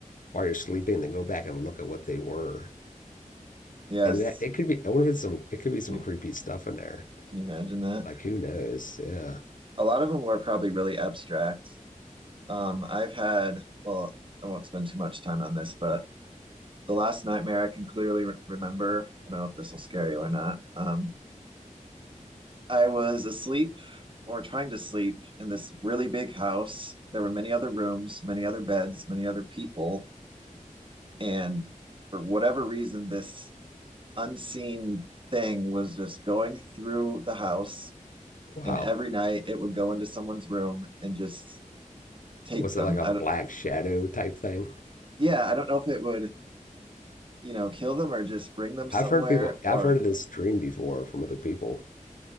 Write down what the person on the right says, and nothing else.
yes.
Can you
can you imagine that?
A lot of them were probably really abstract. Um, I've had, well, I won't spend too much time on this, but the last nightmare I can clearly re remember. I don't know if this will scare you or not. Um, I was asleep or trying to sleep in this really big house. There were many other rooms, many other beds, many other people. And for whatever reason, this unseen thing was just going through the house.
And every night it would go into someone's room and just take
them.
I
don't,
yeah, I don't know if it would, you know, kill them or just bring them somewhere
or,